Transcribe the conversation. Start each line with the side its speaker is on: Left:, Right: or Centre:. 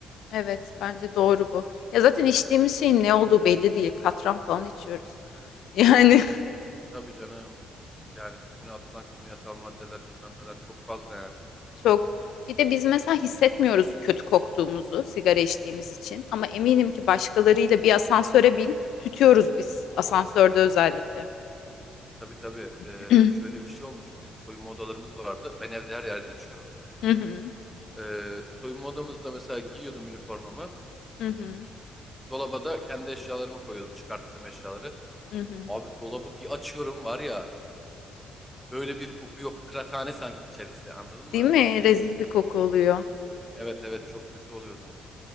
Left: Evet bence doğru bu. Ya zaten içtiğimiz şeyin ne olduğu belli değil. Katran falan içiyoruz. <laughs> Yani
Centre: Tabii canım. Yani tütüne atılan kimyasal maddeler bilmem neler çok fazla yani.
Left: Çok. Bir de biz mesela hissetmiyoruz kötü koktuğumuzu sigara içtiğimiz için ama eminim ki başkalarıyla bir asansöre bin tütüyoruz biz asansörde özellikle.
Centre: Tabii tabii.
Left: <clears throat>
Centre: Ee, şöyle bir şey olmuştu. Bizim soyunma odalarımız vardı. Ben evde her yerde içiyorum.
Left: Hı hı,
Centre: Ee, soyunma odamızda mesela giyiyordum üniformamı.
Left: hı hı,
Centre: Dolaba da kendi eşyalarımı koyuyordum. Çıkarttığım eşyaları.
Left: hı hı.
Centre: Abi dolabı bir açıyorum var ya. Böyle bir koku yok. Kıraathane sanki içerisi. Anladın mı?
Left: Değil mi? Rezil bir koku oluyor.
Centre: Evet evet çok kötü oluyordu.